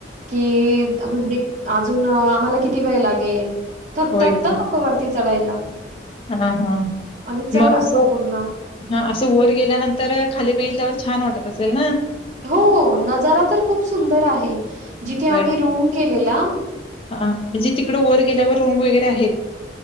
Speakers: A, on the right (about 40°); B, on the left (about 30°).
A: कि म्हणजे अजून आम्हाला किती वेळ लागेल थकतात
B: होय काय
A: ना लोकवरती चढायला
B: हा हा
A: आणि चढ
B: मग
A: असतो
B: असं
A: पूर्ण.
B: हा असं वर गेल्यानंतर खाली बघितल्यावर छान वाटत असेल ना
A: हो नजारा तर खूप सुंदर आहे जिथे
B: होय
A: आम्ही रूम केलेला
B: हा म्हणजे तिकडं वर गेल्यावर रूम वगैरे आहेत